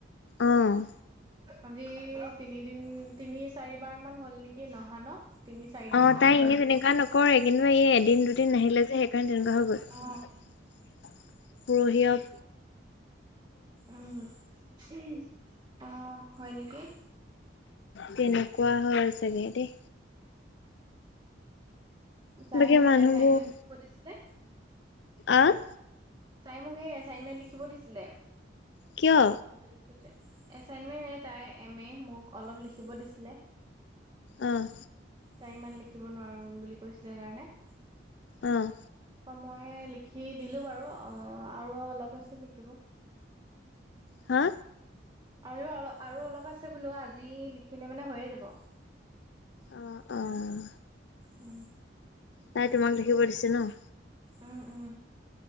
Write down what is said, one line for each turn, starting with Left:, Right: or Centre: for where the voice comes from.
Left: অ'।
Right: আজি তিনিদিন তিনি চাৰিবাৰ মান হ'ল নেকি নহা ন তিনি চাৰি দিন
Left: অ
Right: মান।
Left: তাই এনে তেনেকোৱা নক <unintelligible> কৰে কিন্তু এই এদিন দুদিন নাহিলে যে সেইকাৰণে তেনেকুৱা হৈ গ'ল
Right: অ',
Left: পুৰহিয় <unintelligible>
Right: উম উ অ হয় নেকি
Left: তেনেকুৱা হয় চাগে দেই
Right: তাইহে
Left: বাকী
Right: মোক
Left: মানুহবোৰ
Right: এচাইনমেন্ট লিখিব দিছিলে
Left: আহ
Right: তাই মোক সেই এচাইনমেন্ট লিখিব দিছিলে
Left: কিয়
Right: তাৰপিছতে এচাইনমেন্ট তাই এম এ মোক অলপ লিখিব দিছিলে
Left: আহঁ
Right: তাই ইমান লিখিব নোৱাৰো বুলি কৈছিলে সেইকাৰণে
Left: অঁ
Right: মই লিখি দিলো বাৰু অ আৰু অলপ আছে লিখিব
Left: হা
Right: আৰু অলপ আৰু অলপ আছে বোলো আজি লিখিলে মানে হৈয়ে যাব
Left: আহ আহ
Right: অ
Left: তাই তোমাক লিখিব দিছে ন <unintelligible>
Right: উম উম